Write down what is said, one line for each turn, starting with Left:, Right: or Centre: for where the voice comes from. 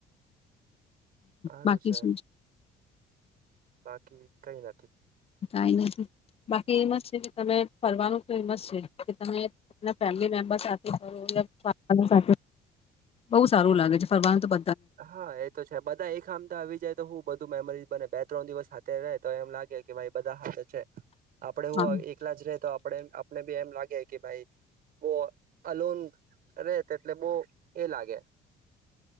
Right: સારું
Left: બાકી
Right: છે
Left: શું છ.
Right: બાકી કઈ નથી
Left: કઈ નથી બાકી
Right: હમ.
Left: એમાં જ છે કે તમે ફરવાનું ફેમસ છે કે તમે ફેમલી મેમ્બર સાથે ફ બ સારું લાગે છે ફરવાનું તો બ
Right: હા એ તો છે બધા એ ખામ તો આવી જાય તો હું. બધું મેમરી બને બે ત્રણ દિવસ હાથે રહે તો એમ લાગે કે ભાઈ બધા હાથે છે. આપડે હું
Left: હા
Right: એકલા જ ર તો આપ આપને બી એમ લાગે કે ભાઈ બહ અલન રે તેટલે બહ એ લાગે